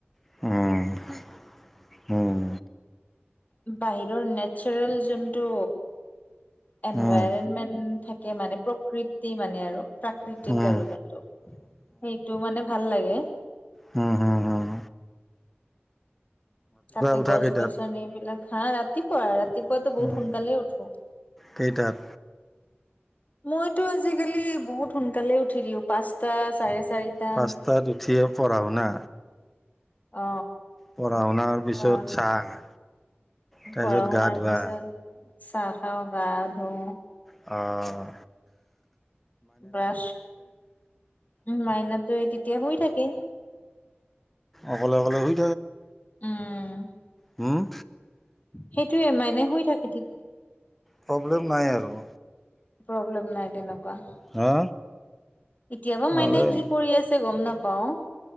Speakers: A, in the centre; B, on the left (about 40°).
A: উম উম
B: উম বাহিৰৰ নেচাৰেল যোনটো এনভাইৰনমেণ্ট
A: উম
B: মানে প্ৰকৃতি মানে আৰু প্ৰাকৃতিক
A: উম
B: আৰু যোনটো সেইটো মানে ভাল লাগে
A: হম হম হম
B: তাতে
A: উঠা
B: গছ
A: কেইটাত
B: গছনি এইবিলাক হা ৰাতি পুৱা ৰাত ৰাতিপুৱাটো বহুত
A: উম
B: সোনকালে উঠো
A: কেইটাত
B: মইতো আজিকালি বহুত সোনকালে উঠি দিওঁ পাঁচটা চাৰে চাৰিটা
A: পাঁচটাত উঠিয়ে পঢ়া শুনা
B: অ
A: পঢ়া শুনাৰ পিছত
B: পঢ়া
A: চাহ তাৰপিছত
B: পঢ়া শুনাৰ
A: গা ধোৱা
B: পিছত চাহ খাওঁ গা অ
A: অ
B: ব্ৰাছ উ মাইনাটো তেতিয়া শুই থাকে।
A: অকলে অকলে শুই
B: উম
A: হওম
B: সেইটোয়ে মাইনা শুই থাকে তেতিয়া
A: প্ৰব্লেম নাই আৰু
B: প্ৰব্লেম নাই তেনেকুৱা
A: হা
B: এতিয়াবা
A: ভালেই
B: মাইে কি কৰি আছে গম নাপ পাওঁ